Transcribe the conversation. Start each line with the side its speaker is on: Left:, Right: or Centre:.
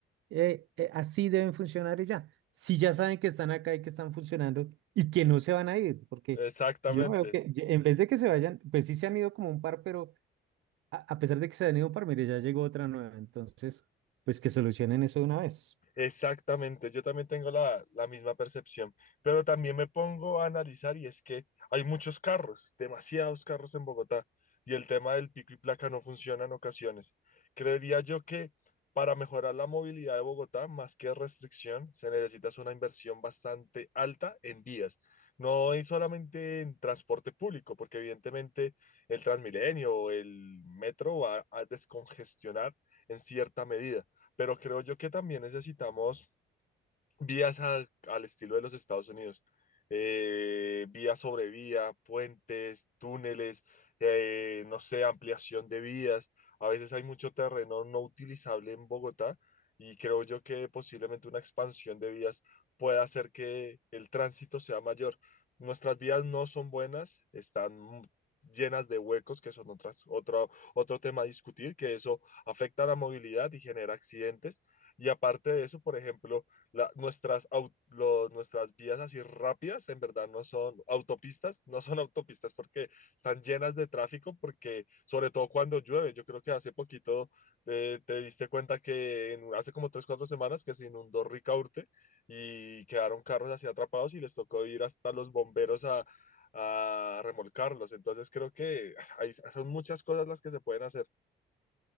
Right: "Eh, eh, así deben funcionar y ya. Si ya saben que están acá y que están funcionando y que no se van a ir, porque
Left: exactamente.
Right: yo no veo que, yo- en vez de que se vayan, pues sí se han ido como un par, pero a, a pesar de que se han ido un par, mire, ya llegó otra nueva. Entonces, pues que solucionen eso de una vez.
Left: Exactamente, yo también tengo la, la misma percepción, pero también me pongo a analizar y es que hay muchos carros, demasiados carros en Bogotá y el tema del pico y placa no funciona en ocasiones. Creería yo que para mejorar la movilidad de Bogotá, más que restricción, se necesita es una inversión bastante alta en vías, no es solamente en transporte público, porque evidentemente el Transmilenio o el metro va a descongestionar en cierta medida pero creo yo que también necesitamos vías a- al estilo de los Estados Unidos. eh, vía sobre vía, puentes, túneles, eh, no sé, ampliación de vías. A veces hay mucho terreno no utilizable en Bogotá y creo yo que posiblemente una expansión de vías pueda hacer que el tránsito sea mayor. Nuestras vías no son buenas, están mu- llenas de huecos, que son otras, otro, otro tema a discutir, que eso afecta a la movilidad y genera accidentes. Y aparte de eso, por ejemplo, la- nuestras, au- lo- nuestras vías así rápidas en verdad no son autopistas, no son autopistas porque están llenas de tráfico, porque sobre todo cuando llueve, yo creo que hace poquito eh, te diste cuenta que en- hace como tres, cuatro semanas que se inundó Ricaurte y quedaron carros así atrapados y les tocó ir hasta los bomberos a, a remolcarlos. Entonces creo que hay son muchas cosas las que se pueden hacer.